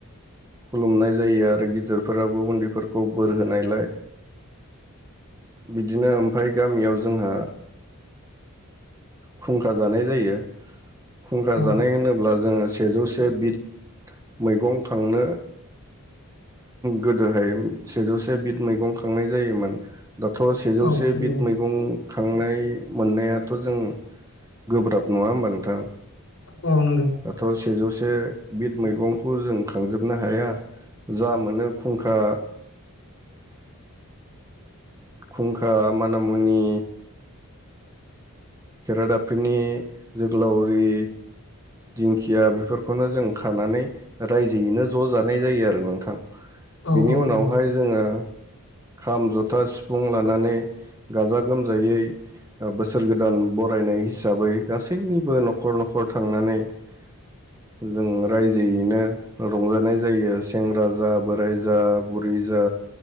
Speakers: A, on the right (about 15°); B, on the left (about 60°).
A: खुलुमनाय जायो आरो गिदिरफोराबो उन्दैफोरखौ बोर होनायलाय बिदिनो ओमफाय गामियाव जोंहा खुंखा जानाय जायो खुंखा जानाय
B: औ
A: होनोब्ला जोङो सेजौ से से बिद मैगं खांनो गोदोहाय सेजौसे बिद मैगं खांनाय जायोमोन दाथ' सेजौसे
B: नंगौ
A: बिद मैगं खांनाय मोननायाथ' जों गोब्राब नंङा होमबा नोंथां
B: औ नंगौ
A: दाथ' सेजौसे बिद मैगंखौ जों खांजोबनो हाया जा मोनो खुंखा खुंखा मानि मुनि खेरादाफिनि, जोगलावरि, दिंखिया बेफोरखौनो जों खानानै रायजोयैनो ज' जानाय जायो आरो नोंथां।
B: औ
A: बिनि
B: औ
A: उनावहाय
B: नंगौ।
A: जोङो खाम, जथा, सिफुं लानानै गाजा-गोमजायै बोसोर गोदान बरायनाय हिसाबै गासैनिबो न'खर-न'खर थांनानै जों रायजोयैनो रंजानाय जायो। सेंग्रा जा, बोराय जा, बुरै जा,